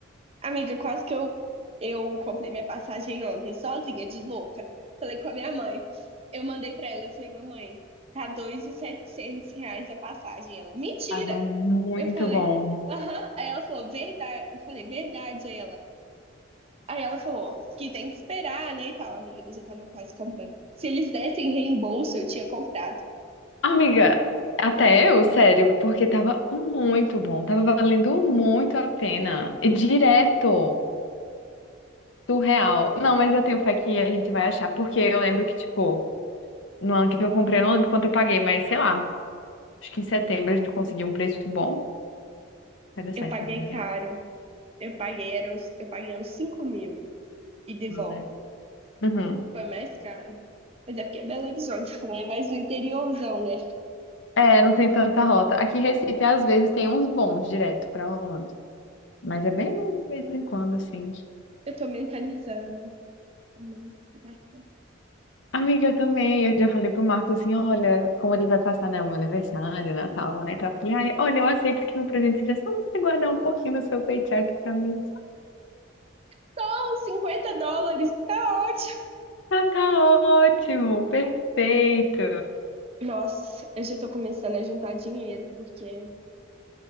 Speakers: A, on the right; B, on the left.
A: Amiga, quase que eu, eu comprei minha passagem ontem, sozinha, de louca. Falei com a minha mãe. Eu mandei pra ela, eu falei, mamãe, tá dois mil e setecentos reais a passagem. Ela, mentira!
B: Tava muito
A: Eu falei,
B: bom.
A: aham. Aí ela falou, verdade. Eu falei, verdade. Aí ela, aí ela falou que tem que esperar, né, e tal, amiga, mas eu tava quase comprando. Se eles dessem reembolso, eu tinha comprado.
B: Amiga, até eu, sério, porque tava muito bom, tava valendo muito a pena. E direto do real. Não, mas eu tenho fé que a gente vai achar, porque eu lembro que, tipo, no ano que eu comprei, eu não lembro quanto eu paguei, mas sei lá, acho que em setembro a gente conseguiu um preço bom. Vai dar
A: Eu
B: certo,
A: paguei
B: amiga.
A: caro. Eu paguei, era uns, eu paguei uns cinco mil e de
B: Ah,
A: volta.
B: né? Uhum.
A: Foi mais caro. Mas é porque é Belo Horizonte também, é mais no interiorzão, né?
B: É, não tem tanta rota. Aqui em Recife, às vezes, tem uns bons direto pra Orlando, mas é bem de vez em quando, assim.
A: Eu tô mentalizando. Amém, vai dar certo.
B: Amiga, eu também. Eu já falei pro Marco assim: olha, como ele vai passar, né, o meu aniversário, Natal, lá e tal. Eu falei: ai, olha, eu aceito que meu presente seja só você guardar um pouquinho do seu paycheck pra mim.
A: Então, 50 dólares, tá ótimo.
B: Ah, tá ótimo, perfeito.
A: Nossa, eu já tô começando a juntar dinheiro, porque